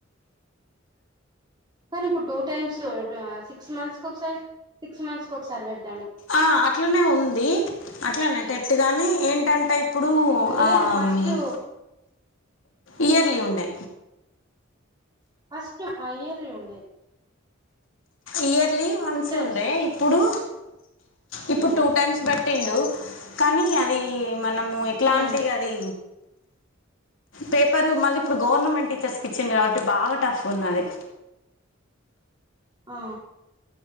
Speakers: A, on the right; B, on the left.
A: కానీ ఇప్పుడు టూ టైమ్స్ సిక్స్ మంత్స్ ఒకసారి సిక్స్ మంత్స్ కి ఒకసారి పెడుతు
B: ఆ అట్లనే ఉంది అట్లనే టెట్టు కానీ ఏంటంటే ఇప్ ఇప్పుడు
A: ఆ, లేదు
B: ఆ
A: ఫస్ట్
B: ఇయర్లీ ఉండే
A: ఫస్ట్ అయ్యల్ ఉండె
B: ఇయర్లీ వన్స్
A: టైమ్స్
B: ఉండే
A: పెడతాండు
B: ఇప్పుడు ఇప్పుడు
A: తండు
B: టూ టైమ్స్ పెట్టిండు కానీ అది మనము ఎట్లాంటి
A: ఆ
B: అది పేపరు మళ్ళీ ఇప్పుడు గవర్నమెంట్ టీచర్స్ కి ఇచ్చిడు కాబట్టి బాగా టఫ్ ఉన్నది
A: ఆ